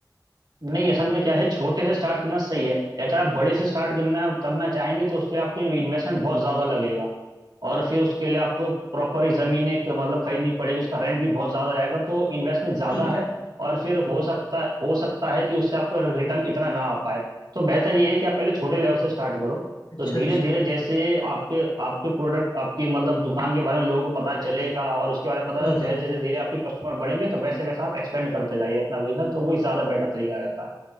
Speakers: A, on the right (about 75°); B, on the left (about 80°).
A: नहीं असल में क्या है छोटे से स्टार्ट करना सही है अगर आप बड़े से स्टार्ट करना करना चाहेंगे तो उसके लिए आपको इन्वेस्टमेंट बहुत ज्यादा लगेगा और फिर उसके लिए आपको प्रॉपर ही ज़मीन एक मतलब खरीदनी पड़ेगी उसका रेंट भी बहुत ज़्यादा जाएगा तो इन्वेस्टमेंट ज़्यादा
B: जी
A: है और फिर हो सकता हो सकता है कि उससे आपका रिटर्न इतना ना आ पाए तो बेहतर ये है कि आप पहले छोटे लेवल से स्टार्ट करो
B: अच्छा
A: तो धीरे
B: अच्छा
A: धीरे जैसे आपके आपके प्रोडक्ट आपकी मतलब दुकान के बारे में लोगों को पता चलेगा और उसके बारे में पता
B: हाँ
A: चले
B: हाँ
A: जैसे जैसे धीरे आपके कस्टमर बढ़ेंगे तो वैसे वैसे आप एक्सपेंड करते जाइए अपना बिजनेस तो वही ज़्यादा बेटर तरीका रहता है